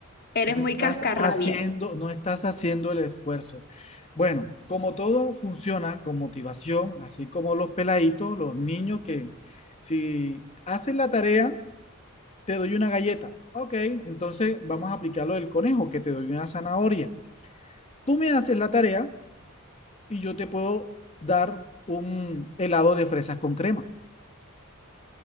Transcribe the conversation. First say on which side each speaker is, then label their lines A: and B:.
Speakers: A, on the left (about 45°); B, on the left (about 30°).
A: eres
B: no
A: muy
B: estás
A: cascarrabia.
B: haciendo, no estás haciendo el esfuerzo. Bueno, como todo funciona con motivación, así como los peladitos, los niños que si haces la tarea, te doy una galleta. Ok, entonces vamos a aplicar lo del conejo, que te doy una zanahoria. Tú me haces la tarea y yo te puedo dar un helado de fresas con crema.